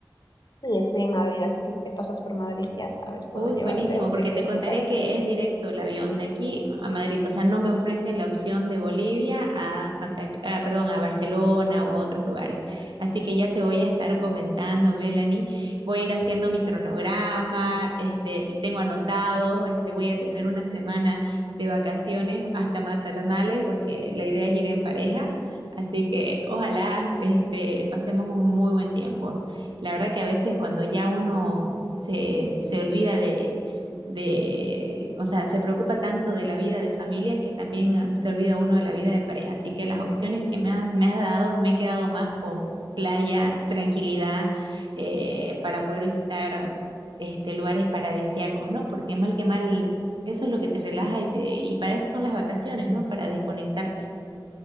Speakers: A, on the left; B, on the right.
A: Sí, estoy en Madrid, así que si te pasas por Madrid, ya sabes, puedo
B: Uy,
A: llevarte
B: buenísimo,
A: a
B: porque
A: ciertos
B: te contaré
A: lugares
B: que
A: bonitos.
B: es directo el avión de aquí a Madrid, o sea, no me ofrecen la opción de Bolivia a Santa, C- ah, perdón, a Barcelona o a otros lugares. Así que ya te voy a estar comentando, Melanie. Voy a ir haciendo mi cronograma, este, tengo anotados, este, voy a tener una semana de vacaciones hasta maternales, porque la idea es ir en pareja. Así que ojalá, este, pasemos un muy buen tiempo. La verdad que a veces cuando ya uno se, se olvida de, de, o sea, se preocupa tanto de la vida de familia que también ah, se olvida uno de la vida de pareja. Así que las opciones que me, ha- me has dado, me he quedado más con playa, tranquilidad, eh, para poder visitar este, lugares paradisíacos, ¿no? Porque mal que mal, eso es lo que te relaja y, te, y para eso son las vacaciones, ¿no? Para desconectarte.